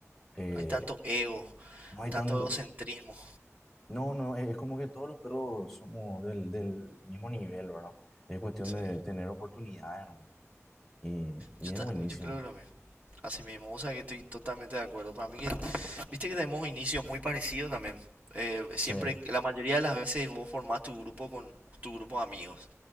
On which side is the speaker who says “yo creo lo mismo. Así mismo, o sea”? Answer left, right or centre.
Right